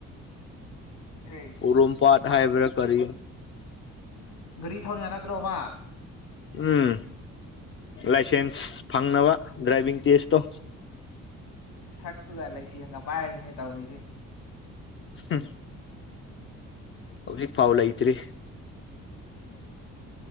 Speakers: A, on the left (about 80°); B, on the left (about 40°).
A: ꯑꯩꯁ
B: ꯎꯔꯣꯝꯄꯥꯥꯠ
A: ꯃꯥ
B: ꯍꯥꯏꯕ꯭ꯔꯥ ꯀꯔꯤ
A: ꯒꯔꯤ ꯊꯧ <unintelligible> ꯌꯥ ꯅꯠꯇ꯭ꯔꯣꯕꯥ
B: ꯎꯝ ꯂꯥꯏꯁꯦꯟꯁ ꯐꯪꯅꯕ ꯗ꯭ꯔꯥꯏꯚꯤꯡ ꯇꯦꯁꯇꯣ
A: ꯁꯛꯇꯨꯒ ꯂꯩꯁꯦꯡꯒ ꯄꯥꯏꯔꯤꯅꯦ ꯇꯧꯔꯤꯁꯦ
B: ꯍ ꯍꯧꯖꯤꯛ ꯐꯥꯎ ꯂꯩꯇ꯭ꯔꯤ
A: <unintelligible>